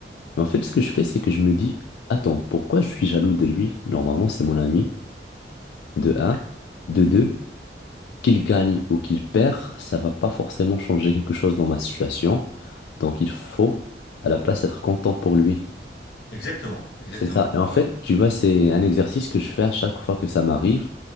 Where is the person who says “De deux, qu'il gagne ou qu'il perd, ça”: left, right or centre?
Left